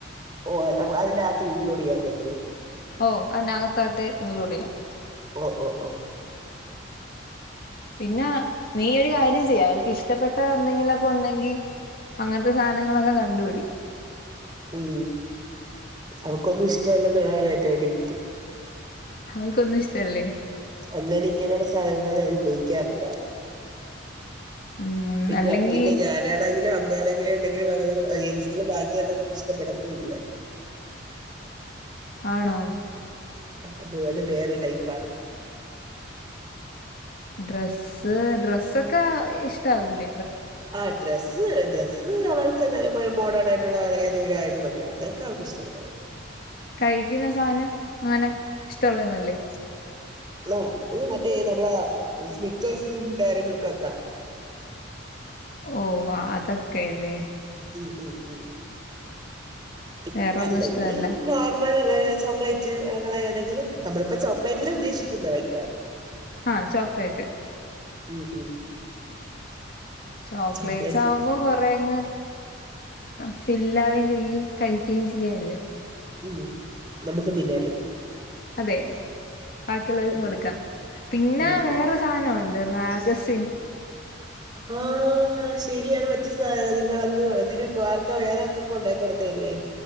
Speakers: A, on the right (about 25°); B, on the left (about 50°).
A: ഓഹ് അതിനകത്ത് ഇൻക്ലൂഡ് ചെയ്യാന്നല്ലേ
B: ഓഹ് അതിനകത്തായിട്ട് ഇൻക്ലൂഡ് ചെയ്യാം
A: ഓഹ് ഓഹ് ഓഹ്
B: പിന്നെ നീ ഒരു കാര്യം ചെയ്യാം അവൾക്ക് ഇഷ്ടപ്പെട്ട എന്തെങ്കിലുമൊക്കെ ഉണ്ടെങ്കിൽ അങ്ങനത്തെ സാധനങ്ങളൊക്കെ കണ്ടുപിടി
A: ഉം അവക്കൊന്നും ഇഷ്ടമല്ല എന്നുള്ളതാണ് ഏറ്റവും വലിയ വറ്റ്തി
B: അവൾക്കൊന്നും ഇഷ്ടം അല്ലേ
A: അങ്ങനെ ഇങ്ങനെയുള്ള സാധനങ്ങളും നമ്മൾ ഉപയോഗിക്കാറില്ല
B: ഉം
A: പിന്നെ
B: അല്ലെങ്കി
A: പിന്നെ ഞാൻ അന്നെ ആണെങ്കിലും അമ്മയാണെങ്കിലും എന്തെിലും എന്തെങ്കിലും വാങ്ങാൽ നമുക്ക്ഷ്ടപ്പെടത്തും ഇല്ല
B: ആണോ
A: അത് അത് വേറെ ടൈപ്പ് ആാണ്
B: ഡ്രസ്സ് ഡ്രസ്സൊക്കെ ഇഷ്ടാവൂല
A: ആഹ് ഡ്രസ്സ് ഡ്രസ്സ് അവൾക്ക് എന്തായാലും മോഡേൺ ആയിട്ടുള്ള ഏതെിലും ആയാലും മതി അതൊക്കെ അവക്ക് ഇഷ്ടം അച്ചൻ പറഞ്ഞാ കഴിക്കും
B: കഴിക്കുന്ന സാനം അങ്ങനെ ഇഷ്ടുള്ളന്നല്ലേ
A: ആഹ് അത് മറ്റേ നമ്മള സ്നിക്കേഴ്സും ഡയറി മിൽക്ക് ഒക്കെ
B: ഓഹ് അതക്കല്ല
A: ഉം ഉം ദ
B: വേറൊന്നും
A: അല്ലെങ്കിൽ
B: ഇഷ്ടമല്ല
A: നമ്മൾ ചോക്ലേറ്റ് ഏതെങ്കിലും നമ്മളിപ്പോ ചോക്ലേറ്റില് ഉദ്ദേശിക്കുന്ന വെക്കാെ
B: ആഹ് ചോക്ലൈറ്റ്
A: ഉം ഉം
B: ചോക്ലേറ്റ്സ്
A: ചോക്ലേറ്റ്
B: ആവുമ്പോ കൊറ അങ്ങ് ഫില്ലാവുകയും ചെയ്യയും കഴിക്കയും ചെയ്യല്ലോ
A: ഉം നമുക്ക് തിന്നാലോ
B: അതെ ബാക്കിയുള്ളവർക്കും
A: അത്
B: കൊടുക്കാം പിന്നെ
A: ഉം ഉം
B: വേറെ അവസാനംണ്ട് മാഗസിൻ
A: ആഹ് ആഹ് ശരിയാണ് മറ്റു സാധനം നിങ്ങളന്ന് ഇതിനൊക്കെ ആർക്കാ വേറെൊക്കൊക്കെ ഉണ്ടായി കൊടുത്തല്ലേ